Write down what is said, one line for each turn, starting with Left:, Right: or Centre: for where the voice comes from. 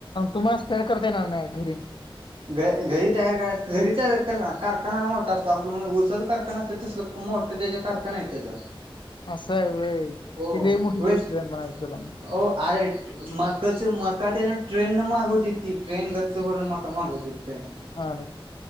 Left: तुम्ही <unintelligible> करताय ना <unintelligible> घरी.
Right: घ घरी तयार करा, घरी तयार कारखाना मोठा असतो, आपल्या उसाच कारखाना असतो तस मोठं त्याच्या कारखान आहेत तेच.
Left: असं आहे व्हय.
Right: हो,
Left: ती लय मोठी
Right: वेस्ट,
Left: गोष्ट आहे म्हणायचं त्याला मग
Right: वो आर एट मकाच म मका त्यान ट्रेन न मागवती ती, ट्रेन गच्च भरून मका मागवत्यात ट्रेन.
Left: अ